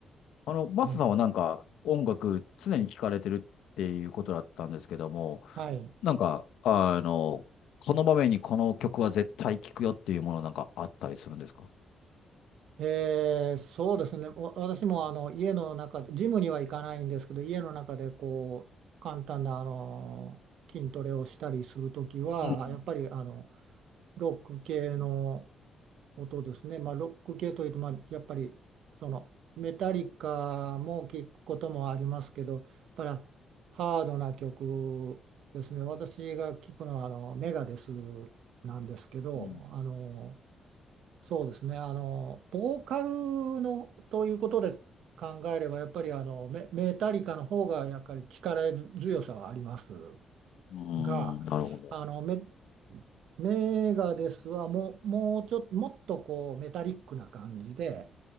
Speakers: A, on the left; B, on the right.
A: あの、マスさんはなんか音楽常に聴かれてるっていうことだったんですけども、
B: えーはい。
A: なんか、あの、この場面にこの曲は絶対聴くよっていうものなんかあったりするんですか
B: えーそうですね。わ私もあの家の中で、ジムには行かないんですけど、家の中でこう、簡単なあの筋トレをしたりするときは、
A: うん。
B: やっぱりあの、ロック系の音ですね。まあ、ロック系というと、まあ、やっぱりそのメタリカも聞くこともありますけど、やっぱりハードな曲ですね。私が聞くのはあのメガデスなんですけど、
A: うん。
B: あのそうですね、あのボーカルのということで考えれば、やっぱりあのメ、メタリカの方がやっぱり力強さはあります。
A: うーん、
B: が、
A: なるほど。
B: あのメ、メガデスはもう、もうちょっと、もっとこうメタリックな感じで、